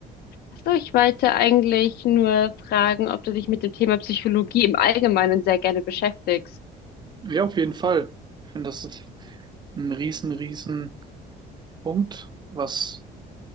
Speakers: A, on the left (about 65°); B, on the right (about 25°).
A: Achso, ich wollte eigentlich nur fragen, ob du dich mit dem Thema Psychologie im Allgemeinen sehr gerne beschäftigst.
B: Ja, auf jeden Fall. Ich finde, das ist ein riesen, riesen Punkt, was